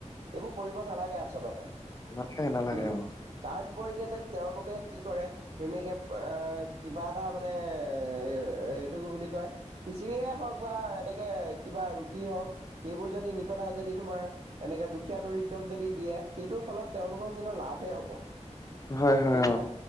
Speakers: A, on the right; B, on the left.
A: এইবোৰ কৰিব নালাগে আচলতে।
B: <unintelligible> নালাগে
A: উম,
B: অ।
A: তাৰ বিপৰীতে যদি তেওঁলোকে কি কৰে। ধুনীয়াকে এ, কিবা এটা মানে এ-এইটো কি বুলি কয়? খিচিৰিয়ে হওক বা এনেকে কিবা ৰুটি হওক সেইবোৰ যদি নি পেলাই যদি তোমাৰ। এনেকে দুখীয়া দৰিদ্ৰক যদি দিয়ে সেইটোৰ ফলত তেওঁলোকৰ কিন্তু লাভে হ'ব।
B: হয় হয়
A: বুজিছা
B: অ